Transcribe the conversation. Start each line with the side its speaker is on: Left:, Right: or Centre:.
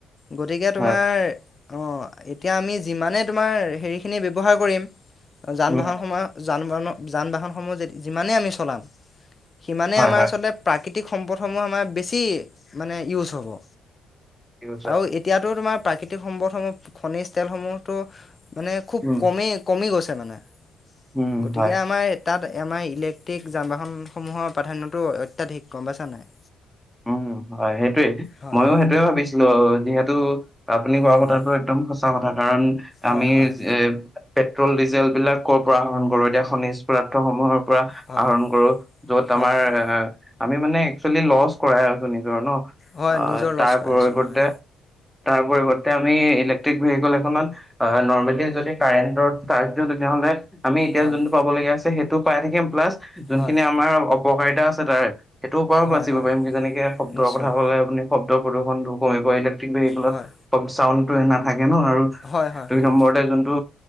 Left: গতিকে তোমাৰ
Centre: হয়
Left: অ এতিয়া আমি যিমানে তোমাৰ হেৰিখিনি ব্যৱহাৰ কৰিম যান
Centre: উম,
Left: বাহন সময়ত যান বাহনৰ যান বাহনসমূহ যিমানে আমি চলাম সিমানে
Centre: হয়
Left: আমাৰ
Centre: হয়
Left: আচলতে প্ৰাকৃতিক <unintelligible> সম্পদসমূহ আমাৰ বেছি মানে ইউজ হ'ব
Centre: ঠিক কৈছা
Left: আৰু এতিয়াতো তোমাৰ <unintelligible> তে সম্পদসমূহ ঘনিচ তেলসমূহতো মানে খুব
Centre: উম
Left: কমেই কমি গৈছে। তে মানে
Centre: উম
Left: গতিকে
Centre: হয়
Left: আমাৰ <unintelligible> তাত এম আই ইলেক টিক যান-বাহনসমূহৰ প্ৰাধান্যটো অত্যাধিক গম পাইছা নাই?
Centre: উম, হয় সেইটোৱে
Left: হয়
Centre: ময়ো সেইটোয়ে ভাবিছিলোঁ যিহেতু আপুনি কোৱা
Left: হয়
Centre: কথাটো একদম সঁচ <unintelligible> কাৰণ আমি
Left: হয় হয়
Centre: এইজ এ পেট্ৰল-ডিজেলবিলাক ক'ৰ পৰা আহৰণ কৰোঁ এতিয়া খনিজ পদাৰ্থসমূহৰ পৰা
Left: হয়
Centre: আহৰণ কৰো য'ত
Left: হয়
Centre: আমাৰ
Left: হয়
Centre: এ আমি মানে একচুৱেলি লছ কৰাই আছোঁ নিজৰ ন?
Left: হয়
Centre: অহ,
Left: নিজৰ লছ
Centre: তাৰ
Left: পাই
Centre: ক্ৰয়
Left: আছোঁ
Centre: কৰতে
Left: হয়
Centre: তাৰ পৰিৱৰ্তে আমি ইলেক্ট্ৰিক ভেহিকেল এখনত আহ নৰ্মেলি যদি কাৰেণ্টত চাৰ্জ দিওঁ তেতিয়াহলে আমি এতিয়া
Left: হয়
Centre: যোনটো পাব লগীয়া আছে সেই তটো পাই থাকিম। প্লাছ! যোনখিনি
Left: হয়
Centre: আমাৰ উপকাৰিতা আছে তাৰে। সেইটোৰ পৰাও
Left: হয়
Centre: বাচিব
Left: হয়
Centre: যেনেকে শব্দ
Left: নিশ্চয়
Centre: কথা কলে আপুনি শব্দ প্ৰদূষন কলে ইলেক্ট্ৰিক ভেহ
Left: হয়
Centre: চা। নাথাকে। আৰু
Left: হয় হয়
Centre: দুই
Left: হয়
Centre: নম্বৰতে যোনটো